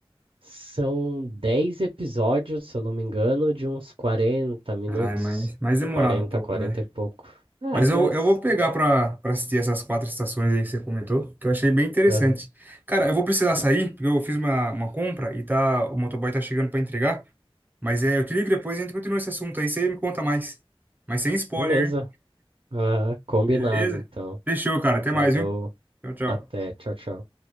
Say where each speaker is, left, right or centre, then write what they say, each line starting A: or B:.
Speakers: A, on the right; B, on the right.
A: São 10 episódios, se eu não me engano, de uns 40 minutos.
B: Ai, mas mais demorado
A: quarenta,
B: um pouco,
A: 40
B: né?
A: e pouco. É,
B: Mas
A: mas.
B: eu, eu vou pegar pra, pra assistir essas quatro estações aí que você comentou, que eu achei bem interessante.
A: aham.
B: Cara, eu vou precisar sair, porque eu fiz uma, uma compra e tá, o motoboy tá chegando pra entregar. Mas é, eu te ligo depois e a gente continua esse assunto aí, você me conta mais. Mas sem spoiler,
A: Beleza. Ah, combinado,
B: beleza?
A: então.
B: Fechou, cara. Até mais,
A: Falou.
B: viu? Tchau, tchau.
A: Até. Tchau, tchau.